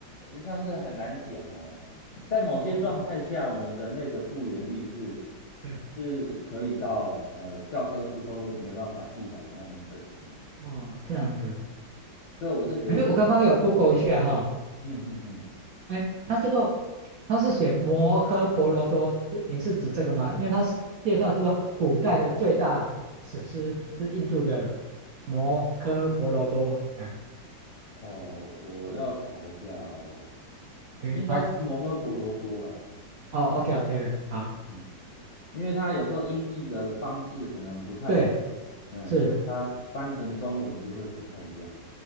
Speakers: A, on the left; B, on the right.
A: 呃像是很难讲哦。在某些状态下，
B: 嗯，
A: 我们人类的复原力是
B: 嗯对，
A: 是可以到呃教科书都没办法记载的那种等级，
B: 哦，这样子，
A: 所以我是觉得这，
B: 哎，我刚刚有 Google 一下哈，
A: 嗯嗯嗯，
B: 哎，它叫做，它是写摩诃婆罗多，是你是指这个吗？因为它是介绍说古代的最大史诗是印度的摩诃婆罗多，哎
A: 哦，我要查一下哦，
B: ，OK，
A: 应该是摩诃婆罗多啦。
B: 好，哦，OK，OK，好，
A: 嗯因为它有时候音译的方式可能不太一，
B: 对，
A: 嗯，
B: 是，
A: 所以它翻成中文就会不太一样，